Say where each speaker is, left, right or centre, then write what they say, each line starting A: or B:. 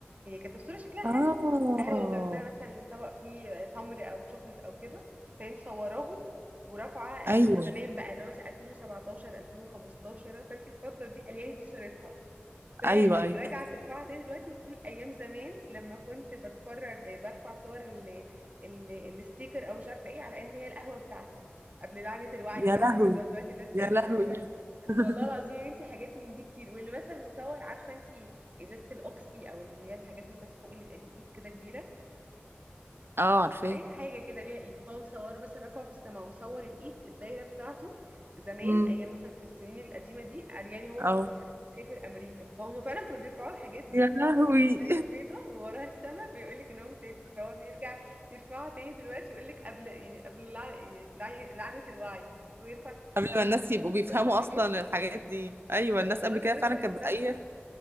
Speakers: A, on the right (about 40°); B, on the right (about 70°).
A: هي كانت الصوره شكلها
B: اه
A: حلو قهوه وجنبها مثلا طبق فيه آه، تمر او تشوكلت او كده فهي مصوراهم ورافعه
B: ايوه
A: ال- زمان بقى اللي هو مثلا 2017 2015 فانت الفتره دي قال يعني دي صورتها فراجعة
B: ايوه ايوه
A: ترفعها تاني دلوقتي وتقول أيام زمان لما كنت بتفرج آه، برفع صور ال ال الستيكر أو مش عارفة إيه على إن هي القهوة بتاعتي قبل لعنة الوعي
B: يا
A: بقى
B: لهوي
A: فاهمة اللي هو دلوقتي الناس بقت
B: يا لهوي
A: فاهمة بقى
B: <laughs>
A: والله العظيم يا بنتي حاجات من دي كتير واللي مثلا مصور عارفة انتي إزازة الأوكسي أو اللي هي الحاجات المسحوق اللي بيبقى ليه إيد كده كبيرة
B: اه عارفاه
A: اي حاجه كده ليها ايد فهو مصوره مثلا رفعه في السماء ومصور الايد الدايره بتاعته زمان
B: امم
A: ايام مثلا في السنين القديمه دي قال يعني هو في
B: اه
A: الطياره مسافر امريكا فهم فعلا كانوا بيرفعوا الحاجات دي
B: يا لهوي
A: يعني شكل دايره بيضاء ووراها السماء فيقول لك ان هو مسافر فهو بيرجع يرفعها تاني دلوقتي ويقول لك قبل يعني قبل لع- يعني لع- لعنه الوعي ويرفع
B: <laughs> قبل
A: فكميه
B: ما الناس
A: الناس
B: يبقوا
A: اللي
B: بيفهموا
A: بترفع حاجات
B: اصلا الحاجات دي ايوه
A: بالظبط
B: الناس
A: خلاص
B: قبل كده
A: الناس
B: فعلا
A: بقت
B: كانت
A: فاهمه
B: اي